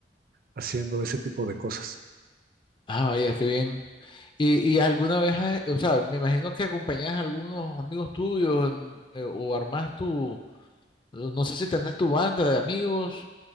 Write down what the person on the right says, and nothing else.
haciendo ese tipo de cosas.